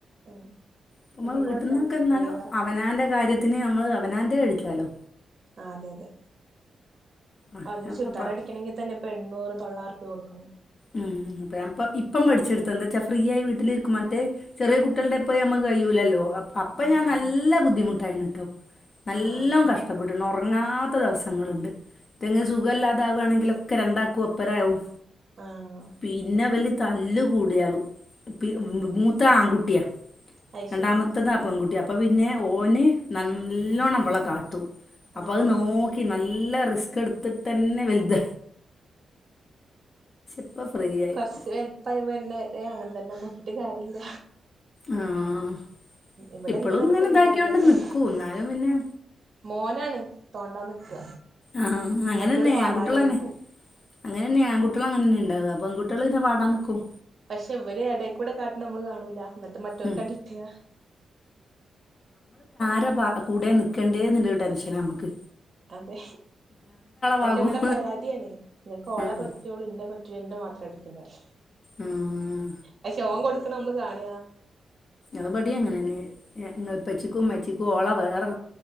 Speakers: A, on the right (about 50°); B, on the left (about 45°).
A: ആഹ്
B: ഇപ്പമ്മ
A: എന്റെക്ക
B: വീട്ടിൽ
A: ഇവിടെ
B: നിന്നൊക്കെ
A: തന്നെ
B: എന്നാലോ
A: ഡ്രൈവറാ
B: അവനാന്റെ കാര്യത്തിന് നമ്മള് അവനാന്റെ കഴിക്കാലോ
A: ആ അതെ അതെ
B: ആ
A: അല്ല ചുരിദാർ
B: അപ്പം
A: അടിക്കണമെങ്കിൽ തന്നെ ഇപ്പൊ എണ്ണൂറ് തൊള്ളാർ കൊടുക്കണം
B: ഉം അപ്പം ഇപ്പം പഠിച്ചെടുത്ത എന്താ വച്ചാ ഫ്രീ ആയി വീട്ടിലിരിക്കും മറ്റേ ചെറിയ കുട്ടികളുടെപ്പോ നമുക്ക് കയ്യൂലല്ലോ അപ്പൊ
A: ആഹ്
B: ഞൻ നല്ല ബുദ്ധിമുട്ടായി ട്ടോ നല്ല
A: ആഹ് ആഹ് ആഹ്
B: കഷ്ടപ്പെട്ട റങ്ങാത്ത ദിവസങ്ങളുണ്ട്. ഇതിന്റെ ങ്ങക്ക് സുഖല്ലാതകുകയാണെങ്കിൽ
A: അതെ
B: ഒക്കെ രണ്ടാക്കും ഒപ്പരകവും
A: ആഹ്
B: പിന്നെ വല് തല്ല് കൂടിയളു പി മൂത്ത ആൺകുട്ടിയാ
A: അയ്ശരി
B: രണ്ടാമത്തത് പെൺകുട്ടിയ അപ്പ പിന്നെ ഓന് നല്ലോണംഇവളെ കാട്ടു അപ്പ
A: ആഹ്
B: അത്
A: ആഹ്
B: നോക്കി ന നല്ല റിസ്ക് എടുത്തിട്ട് തന്നെ വലുത ഇപ്പൊ ഫ്രീ ആയി
A: കൊറച്ച് വലുപ്പമായി വര്ണ അത അങ്ങനെ തന്നെ നോക്കിട്ട് കാര്യമില്ല
B: ആഹ്
A: ഇവിടെ
B: ഇപ്പളും
A: എന്റത് അങ്ങനെ
B: ഇങ്ങനെ
A: തന്നെ
B: ഇതാക്കിയോണ്ട്
A: ഭയങ്കര തല്ലാ
B: നിക്കൂ എന്നാലും പിന്നെ
A: മോനാണ് തോണ്ടാൻ നിക്ക
B: ആഹ അങ്ങനെ
A: മറ്റോള്
B: തന്നെ
A: പാടാനും
B: ആണ്കുട്ടികൾ തന്നെ
A: നിക്കും
B: അങ്ങനെന്നെ ആണ് കുട്ടികള അങ്ങനന്ന ഇണ്ടാവുക പെങ്കുട്ടികൾ ഇങ്ങെ പാടാനിക്കും
A: പക്ഷെ ഇവരെ ഇടക്കൂടെ കാട്ടണ നമ്മള് കാണൂല എന്നിട്ട് മറ്റവർക്കടിട്ടയാ
B: ഉം <unintelligible> കൂട നിൽക്കേണ്ടേന്നുള്ളരു ടെൻഷന നമുക്ക്
A: അതെ എന്നിട്ട്
B: ഭാഗവും
A: ഇവിടെ പരാതിയണേ ഇങ്ങക്ക് ഓളെ
B: ആഹ്
A: പറ്റുള്ളു ഇന്നെ പറ്റ ന്നെ മാത്രം അടിക്കുള്ളൂ പറി.
B: ആഹ്
A: പക്ഷെ ഓൻ കൊടുക്കുന്ന നമ്മള് കാണ
B: അ ബാട്യ അങ്ങനെന്നെ ഇപ്പച്ചിക്കും ഇമ്മച്ചിക്കും ഓള വേറെ